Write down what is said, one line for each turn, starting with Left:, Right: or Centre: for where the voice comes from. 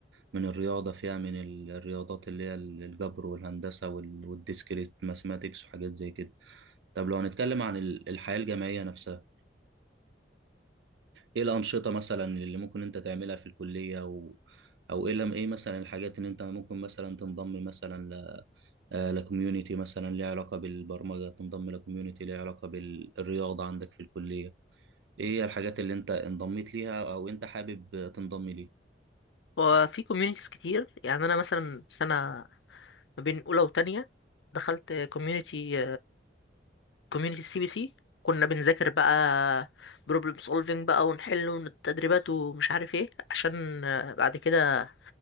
Right: من الرياضة فيها من ال- الرياضات اللي هي ال- الجبر والهندسة وال- والديسكريت ماثماتيكس وحاجات زي كده طب لو هنتكلم عن ال- الحياة الجامعية نفسها ايه الأنشطة مثلا اللي ممكن انت تعملها في الكلية و... او ايه لم- ايه مثلا الحاجات اللي انت ممكن مثلا تنضم مثلا ل آه، لكوميونيتي مثلا ليها علاقة بالبرمجة تنضم لكوميونيتي ليها علاقة بالرياضة عندك في الكلية ايه هي الحاجات اللي انت انضميت ليها او انت حابب تنضم
Left: وفي كوميونيتيز كتير يعني انا مثلا سنة ما بين اولى وتانية دخلت كوميونيتي كوميونيتي سي بي سي كنا بنذاكر بقى بروبلم سولفينج بقى ونحل والتدريبات ومش عارف ايه عشان بعد كده